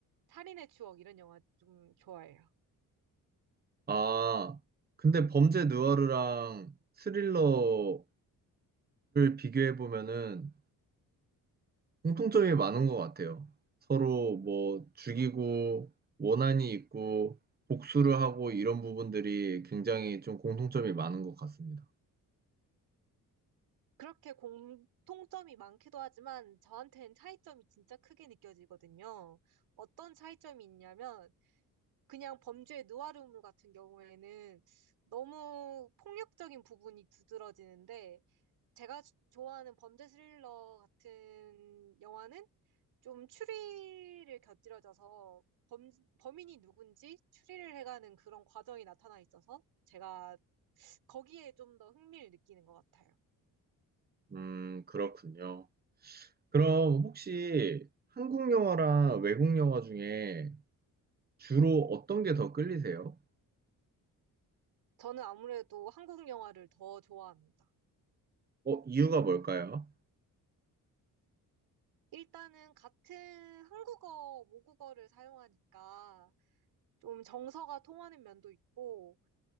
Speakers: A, on the right (about 85°); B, on the right (about 25°).
A: 살인의 추억 이런 영화 좀 좋아해요.
B: 아, 근데 범죄 누아르랑 스릴러를 비교해 보면은 공통점이 많은 것 같아요. 서로 뭐 죽이고 원한이 있고 복수를 하고 이런 부분들이 굉장히 좀 공통점이 많은 것 같습니다.
A: 그렇게 공통점이 많기도 하지만 저한테는 차이점이 진짜 크게 느껴지거든요. 어떤 차이점이 있냐면 그냥 범죄의 누아르물 같은 경우에는 너무 폭력적인 부분이 두드러지는데 제가 주- 좋아하는 범죄 스릴러 같은 영화는 좀 추리를 곁들여져서 범, 범인이 누군지 추리를 해가는 그런 과정이 나타나 있어서 제가 거기에 좀 더 흥미를 느끼는 것 같아요.
B: 음, 그렇군요. 그럼 혹시 한국 영화랑 외국 영화 중에 주로 어떤 게 더 끌리세요?
A: 저는 아무래도 한국 영화를 더 좋아합니다.
B: 어, 이유가 뭘까요?
A: 일단은 같은 한국어, 모국어를 사용하니까 좀 정서가 통하는 면도 있고,